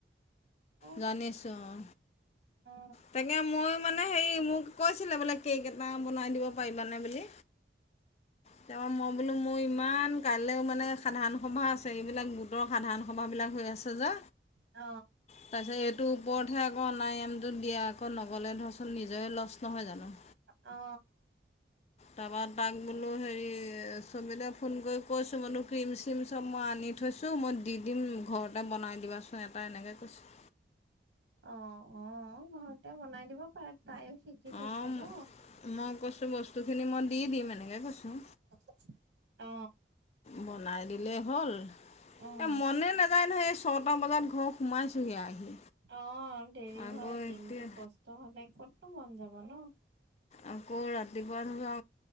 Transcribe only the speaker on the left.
জানিছো অ।
তাকে ময়ো মানে হেৰি মোক কৈছিলে বোলে কেক এটা বনাই দিব পাৰিবানে বুলি। তেওঁ ম বোলো মোৰ ইমান কাইলৈও মানে সাধাৰণ সভা আছে এইবিলাক গোটৰ সাধাৰণ সভাবিলাক হৈ আছে যে।
তাৰ পিছত এইটো ওপৰতহে আকৌ নাই দিয়া আকৌ নগ'লে ধৰচোন নিজৰে লচ নহয় জানো?
তাপা তাক বোলো হেৰি ছবিলে ফোন কৰি কৈছোঁ বোলো ক্ৰীম চ্ৰীম চব মই আনি থৈছোঁ, মই দি দিম ঘৰতে বনাই দিবাচোন এটা এনেকে কৈছে।
অঁ
মই কৈছোঁ বস্তুখিনি মই দি দিম এনেকৈ কৈছোঁ
বনাই দিলেই হ'ল
এ মনে না যাই নহয় এই ছটা বজাত ঘৰ সোমাইছোঁহি আহি।
আকৌ
এতিয়া
আকৌ ৰাতিপুৱা ধৰা